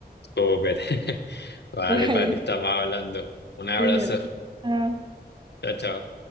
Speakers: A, on the left; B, on the right.
A: Súper. <laughs> Vale,
B: <laughs> Vale,
A: Pati, estamos hablando. Un abrazo.
B: cuídate. Chao.
A: Chao, chao.